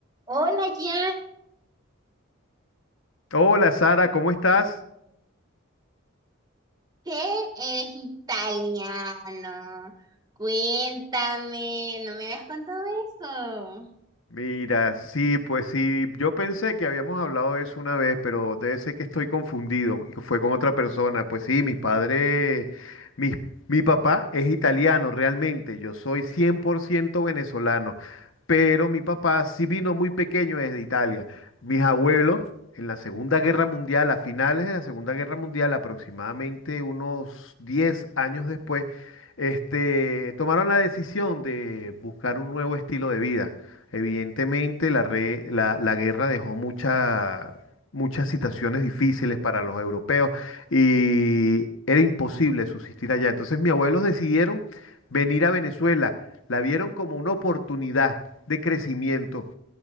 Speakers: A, on the right; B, on the left.
A: Hola, ya
B: Hola Sara, ¿cómo estás?
A: sé, eres italiano. Cuéntame, no me habías contado eso.
B: Mira, sí, pues sí, yo pensé que habíamos hablado de eso una vez, pero debe ser que estoy confundido y que fue con otra persona. Pues sí, mis padres, mis- mi papá es italiano realmente, yo soy 100% venezolano, pero mi papá sí vino muy pequeño desde Italia. Mis abuelos en la Segunda Guerra Mundial, a finales de la Segunda Guerra Mundial, aproximadamente unos 10 años después, este, tomaron la decisión de buscar un nuevo estilo de vida. Evidentemente, la, re- la, la guerra dejó mucha- muchas situaciones difíciles para los europeos y era imposible subsistir allá. Entonces, mis abuelos decidieron venir a Venezuela, la vieron como una oportunidad de crecimiento